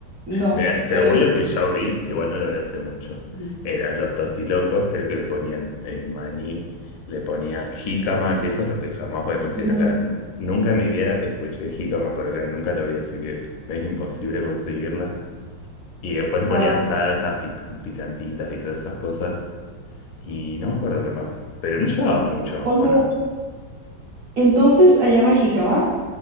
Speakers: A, on the right; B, on the left.
A: no,
B: Mira, según
A: terrible.
B: lo que yo vi, que bueno, lo vi hace mucho,
A: Ujú.
B: eran los tostilocos, creo que le ponían eh, maní, le ponían jícama, que eso es lo que jamás voy a conseguir
A: Ujú.
B: acá. Nu- nunca en mi vida escuché jícama por acá, nunca lo vi, así que es imposible conseguirla. Y después le ponían
A: Ajá.
B: salsas pic- picantitas y todas esas cosas, y no me acuerdo qué más, pero no llevaba mucho,
A: Oye,
B: ¿o no?
A: entonces, ¿allá no hay jicama?